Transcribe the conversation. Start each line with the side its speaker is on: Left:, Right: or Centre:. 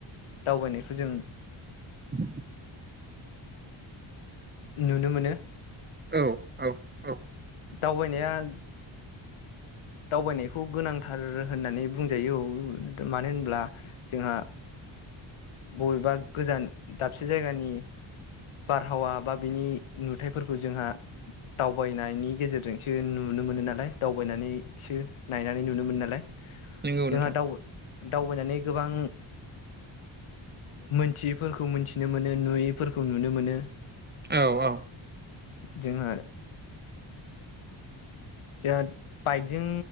Left: दावबायनाय फोरजों
Right: औ
Left: <inaudible> नुनो मोनो
Right: औ औ औ
Left: दावबायनाया दावबायनायखौ गोनांथार होननानै बुंजायो मानो होनब्ला जोंहा बबेबा गोजान दाबसे जायगानि बारहावा बा बिनि नुथफोरखौ जोंहा दावबायनायनि गेजेरजोंसो नुनो मोनो नालाय दावबायनानै इसो नायनानै नुनो मोन नालाय
Right: नंगौ
Left: जोंहा
Right: नोंथां
Left: दाउ दावबायनानै गोबां मोनथियैफोरखौ मोनथिनो मोनो नुयैफोरखौ नुनो मोनो
Right: औ औ
Left: जोंहा जोंहा बाइकजों